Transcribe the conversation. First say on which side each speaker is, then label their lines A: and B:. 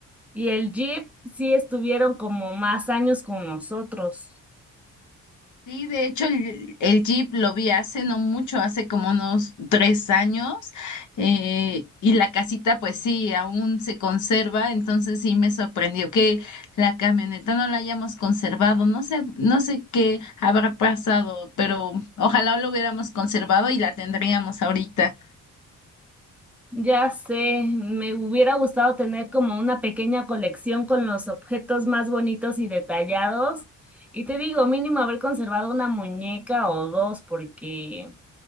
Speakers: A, in the centre; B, on the left.
A: y el jeep sí estuvieron como más años con nosotros.
B: Sí, de hecho el, el Jeep lo vi hace no mucho, hace como unos tres años, eh, y la casita pues sí, aún se conserva, entonces sí me sorprendió que la camioneta no la hayamos conservado, no sé, no sé qué habrá pasado, pero ojalá lo hubiéramos conservado y la tendríamos ahorita.
A: Ya sé, me hubiera gustado tener como una pequeña colección con los objetos más bonitos y detallados. Y te digo, mínimo haber conservado una muñeca o dos, porque